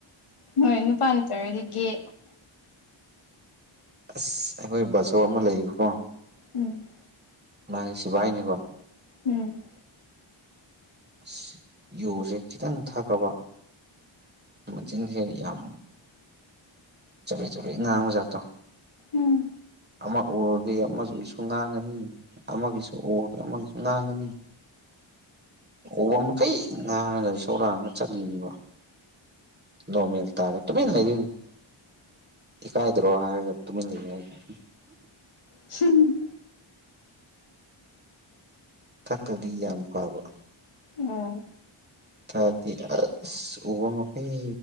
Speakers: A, on the left; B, on the right.
A: ꯅꯣꯏ ꯅꯨꯄꯥꯇꯔꯣꯏꯗꯒꯤ ꯒꯦ
B: ꯑꯁ ꯑꯩꯈꯣꯏ ꯕꯥꯁꯣꯞ ꯑꯃ ꯂꯩꯌꯦꯕꯀꯣ
A: ꯎꯝ
B: ꯃꯥꯒꯤ ꯁꯤꯕꯥꯏꯅꯦꯕꯣ
A: ꯎꯝ
B: ꯑꯁ ꯌꯣꯁꯦ ꯈꯤꯇꯪ ꯊꯛꯈꯔꯕ ꯃꯆꯤꯟꯖꯦ ꯌꯥꯝ ꯆꯕꯦꯠ ꯆꯕꯦꯠ ꯉꯍꯥꯡꯕ ꯖꯥꯠꯇꯣ
A: ꯎꯝ
B: ꯑꯃ ꯎꯔꯗꯤ ꯑꯃꯁꯨꯁꯨ ꯉꯥꯡꯉꯅꯤ ꯑꯃꯒꯤꯁꯨ ꯑꯣꯔꯒ ꯑꯃꯒꯤ ꯉꯥꯡꯒꯅꯤ ꯎꯕ ꯃꯈꯩ ꯉꯍꯥꯟꯅꯒ ꯁꯣꯛꯂꯛꯑꯒ ꯆꯠꯂꯤꯅꯤꯕ ꯅꯣꯔꯃꯦꯜ ꯇꯥꯔꯥ ꯇꯃꯅ ꯂꯩꯗꯨꯏꯅꯤ ꯏꯀꯥꯏꯗ꯭ꯔꯣ ꯍꯥꯏꯔꯒ ꯇꯨꯃꯤꯟ ꯂꯩꯌꫭ ꯍꯥꯏꯌꯦ
A: ꯍꯨꯝ
B: ꯊꯥꯛꯇꯗꯤ ꯌꯥꯝ ꯐꯕ
A: ꯑꫭ
B: ꯊꯥꯛꯑꯗꯤ ꯑꯁ ꯎꯕ ꯃꯈꯩ